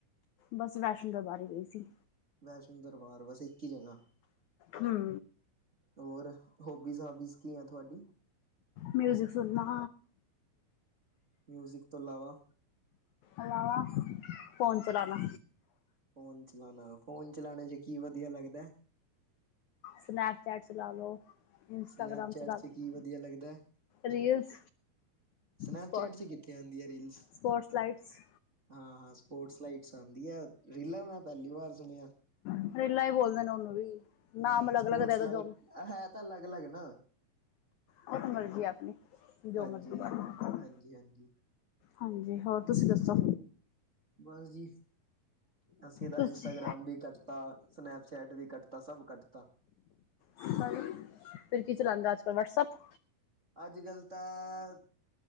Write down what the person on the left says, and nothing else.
ਬਸ ਵੈਸ਼ਨੋ ਦਰਬਾਰ ਹੀ ਗਈ ਸੀ।
ਹਮ
ਮਿਊਜ਼ਿਕ ਸੁਣਨਾ
ਅਲਾਵਾ, ਫੋਨ ਚਲਾਣਾ
ਸਨੈਪਚੈਟ ਚਲਾ ਲੋ। ਇੰਸਟਾਗ੍ਰਾਮ
ਚਲਾ
ਲੋ
ਰੀਲਸ
ਸਪੋਟ
ਸਪੋਟਸ ਲਾਈਟਸ
ਫਰੇਲਾ ਹੀ ਬੋਲਦੇ ਨੇ ਉਹਨੂੰ ਵੀ
ਨਾਮ ਅਲੱਗ
ਅਲੱਗ ਦੇ ਦੋ
ਜੋ ਉਹ
ਉਹ ਮਰਜ਼ੀ ਆਪਣੀ ਜੋ
ਮਰਜ਼ੀ ਬ
ਹਾਂਜੀ, ਹੋਰ ਤੁਸੀਂ ਦੱਸੋ
ਤੁਸੀਂ
ਫਿਰ, ਕੀ ਚਲਾਉਦਾ ਅੱਜ ਕੱਲ ਵਟਸਪ